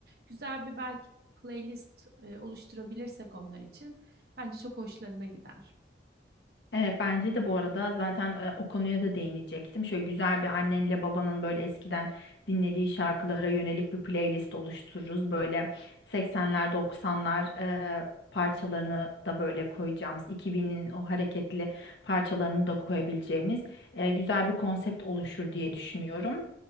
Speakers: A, on the right; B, on the left.
A: Güzel bir belki playlist e, oluşturabilirsek onlar için bence çok hoşlarına gider.
B: E, bence de bu arada zaten e, o konuya da değinecektim. Şöyle güzel bir annenle babanın böyle eskiden dinlediği şarkılara yönelik bir playlist oluştururuz. Böyle 80'ler 90'lar e, parçalarını da böyle koyacağımız, 2000'in o hareketli parçalarını da koyabileceğimiz e, güzel bir konsept oluşur diye düşünüyorum.